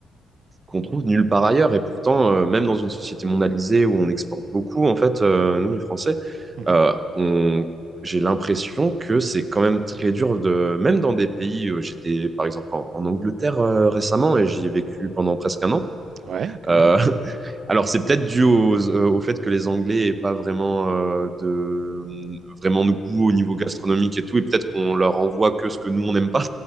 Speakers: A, on the right (about 30°); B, on the right (about 60°).
A: qu'on trouve nulle part ailleurs. Et pourtant, euh, même dans une société mondialisée où on exporte beaucoup, en fait, euh, nous, les Français,
B: Mhm.
A: euh, on... j'ai l'impression que c'est quand même très dur de, même dans des pays, euh, j'étais par exemple en, en Angleterre euh, récemment et j'y ai vécu pendant presque un an.
B: Ouais, quand
A: Euh,
B: même.
A: <laughs> alors c'est peut-être dû aux- euh, au, fait que les Anglais aient pas vraiment euh, de vraiment de goût au niveau gastronomique et tout, et peut-être qu'on leur envoie que ce que nous on n'aime pas.